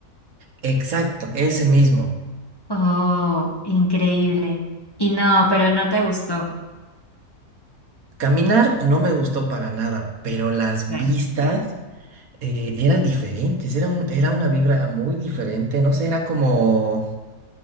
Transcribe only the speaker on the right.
Exacto, ese mismo.
Caminar no me gustó para nada, pero las
vistas eh, eran diferentes, era un- era una vibra muy diferente, no sé, era como,